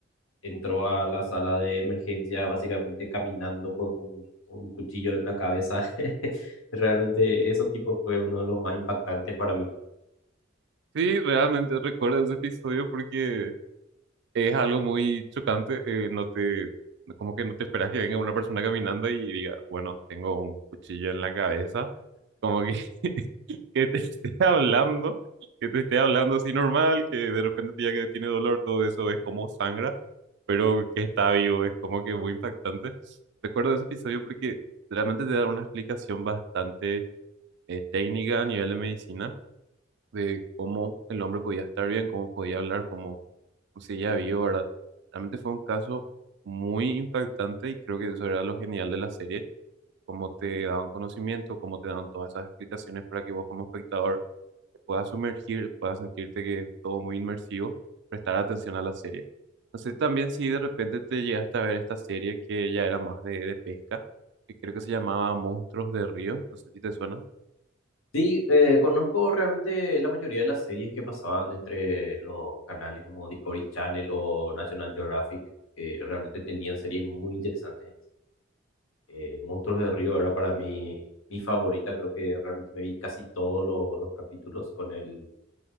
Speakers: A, on the left; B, on the right.
A: entró a la sala de emergencia básicamente caminando con un, un cuchillo en la cabeza. <laughs> Realmente eso tipo fue uno de los más impactantes para mí.
B: Sí, realmente recuerdo ese episodio porque es algo muy chocante, eh, no te, como que no te esperas que venga una persona caminando y diga, bueno, tengo un cuchillo en la cabeza, como que que te <laughs> esté hablando, que te esté hablando así normal, que de repente ya que tiene dolor, todo eso es como sangra, pero que está vivo, es como que muy impactante. Recuerdo ese episodio porque realmente te da una explicación bastante eh, técnica a nivel de medicina de cómo el hombre podía estar bien, cómo podía hablar, cómo seguía vivo, ¿verdad? Realmente fue un caso muy impactante y creo que eso era lo genial de la serie, cómo te daban conocimiento, cómo te daban todas esas explicaciones para que vos como espectador te puedas sumergir, puedas sentirte que es todo muy inmersivo, prestar atención a la serie. No sé también si de repente te llegaste a ver esta serie que ya era más de, de pesca, que creo que se llamaba Monstruos de Río, no sé si te suena.
A: Sí, eh, conozco realmente la mayoría de las series que pasaban entre los canales como Discovery Channel o National Geographic, que realmente tenían series muy interesantes. en ese- Eh, Monstruos de Río era para mí mi favorita, creo que realmente me vi casi todos lo- los capítulos con el,